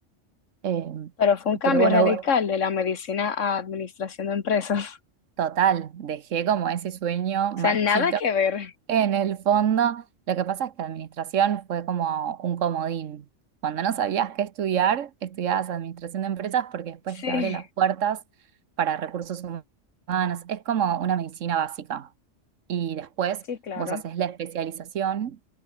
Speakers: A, on the right; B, on the left.
A: Em,
B: Pero fue un cambio
A: pero bueno,
B: radical de la medicina a administración de empresas. <laughs>
A: Total, dejé como ese sueño marchito
B: O sea, nada que ver.
A: en el fondo. Lo que pasa es que administración fue como un comodín. Cuando no sabías qué estudiar, estudiabas administración de empresas porque después
B: Sí,
A: te abre las puertas para recursos humanos. Es como una medicina básica. Y después
B: sí, claro.
A: vos haces la especialización